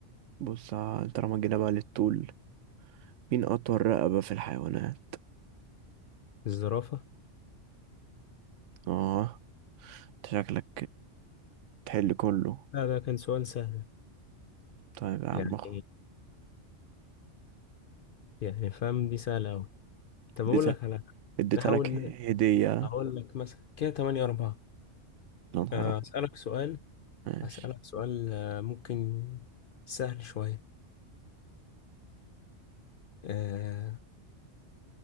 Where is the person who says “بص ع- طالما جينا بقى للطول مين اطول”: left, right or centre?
Right